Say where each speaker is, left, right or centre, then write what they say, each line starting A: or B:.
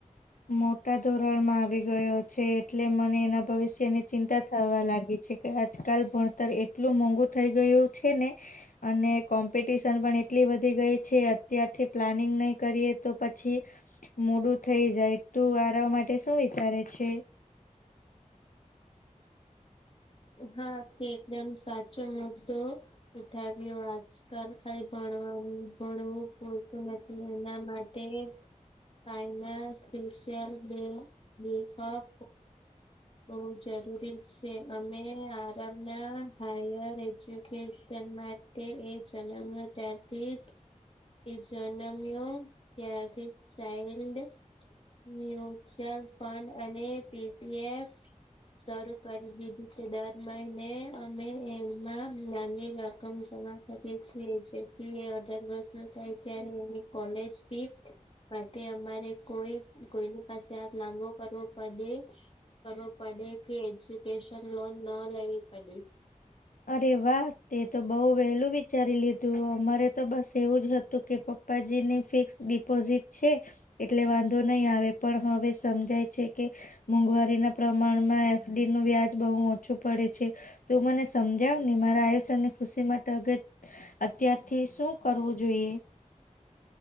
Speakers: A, on the left (about 85°); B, on the left (about 45°).
A: મોટા ધોરણમાં આવી ગયો છે એટલે મને એના ભવિષ્ય તેને ચિંતા થવા લાગી છે કે આજકાલ ભણતર એટલું મોંઘુ થઈ ગયું છે ને અને કોમ્પિટિશન પણ એટલી વધી ગઈ. છે અત્યારથી પ્લાનિંગ નહી કરીએ તો પછી મોડું થઈ જાય તું આરા માટે શું વિચારે છે
B: હા તે એકદમ સાચો મુદ્દો ઉઠાવ્યો આજકાલ ખાલી ભણવાની ભણવું પૂરતું નથી એના માટે તે ફાઈનાસ સ્પેશલ બેક બેકઅપ બઉ જરૂરી છે. અમે આરામના હાયર એજ્યુકેશનમાં તે એ જન્મ યો તારથી જ એ જન્મ્યો ત્યારથી ચાઇલ્ડ મ્યુચ્યુઅલ ફંડ અને પીપીએફ સ્વરૂપ કરી દીધું છે દર મહિને અમે એમાં નાની રકમ જમા કરી જે અડાર વર્ષ ન થાય ત્યારે એની કોલેજ ફી માટે અમારે કોઈ કોઈની પાસે આ લાંબો કરવો પડે કરવો પડે કે એજ્યુકેશન લોન ન લેવી પડે.
A: અરે વાહ તે તો બહુ વહેલું વિચારી લીધું અમારે તો બસ એવું જ હતું કે પપ્પ જી ની ફિક્સ ડિપોઝિટ છે. એટલે વાંધો નહીં આવે પણ હવે સમજાય છે કે મોંઘવારી ના પ્રમાણમાં એફડી નું વ્યાજ બહુ ઓછું પડે છે. તો મને સમજાવ ને મારા આયુસ અને ખુશી માટે અગત્ય અત્યારથી શું કરવું જોઈએ?